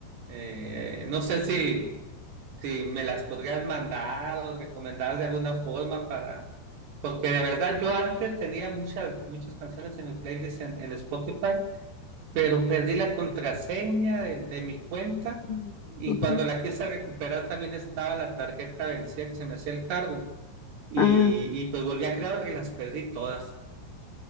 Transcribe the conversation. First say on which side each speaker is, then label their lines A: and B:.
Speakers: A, on the right (about 75°); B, on the left (about 75°).
A: Eh, no sé si... si me las podrías mandar o recomendar de alguna forma para... Porque de verdad yo antes tenía muchas, muchas canciones en mi playlist en, en Spotify, pero perdí la contraseña de, de mi cuenta
B: Mm,
A: y
B: ujú.
A: cuando la quise recuperar también estaba la tarjeta vencida que se me hacía el cargo y,
B: Ah,
A: y pues volví a crear otra y las perdí todas.